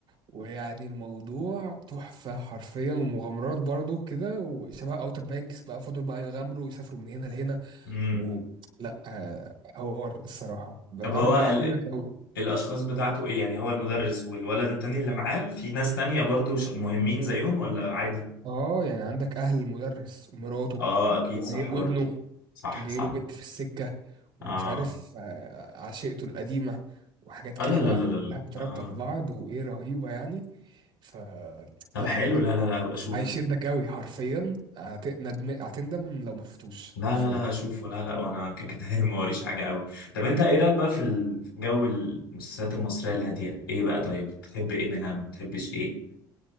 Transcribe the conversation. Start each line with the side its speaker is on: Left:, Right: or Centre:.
Right: ويعني الموضوع تحفة حرفيا ومغامرات برضو كده وشبه اوتر بانكس بقى فضلوا بقى يغامروا ويسافروا من هنا لهنا
Left: امم
Right: و لا آه، حوار الصراحة
Left: طب
Right: ارجحهولك
Left: هو ال...
Right: قوي
Left: الاشخاص بتاعته ايه يعني هو المدرس والولد التاني اللي معاه في ناس تانية برضو ش- مهمين زيهم ولا عادي
Right: اه يعني عندك اهل المدرس ومراته
Left: اه اكيد
Right: وعي-
Left: صح
Right: وابنه
Left: برضو صح
Right: كان جاي
Left: صح
Right: له بنت في السكه ومش
Left: اه
Right: عارف آه، عشيقته القديمه وحاجات
Left: اه
Right: كده
Left: لا لا
Right: بقى
Left: لا
Right: كلها
Left: لا لا.
Right: مترابطه
Left: اه
Right: في بعض وايه رهيبه يعني ف
Left: طب
Right: لا
Left: حلو لا لا لا ابقى اشوف
Right: هيشدك قوي حرفيا هت- ندم- هتندم لو ما شفتوش
Left: لا
Right: حرفيا
Left: لا لا اشوفه لا لا وانا كده كده <laughs> يعني ما وريش حاجه قوي طب انت ايه رايك بقى في ال- في جو المسلسلات المصريه الهاديه ايه بقى طيب بتحب ايه منها ما بتحبش ايه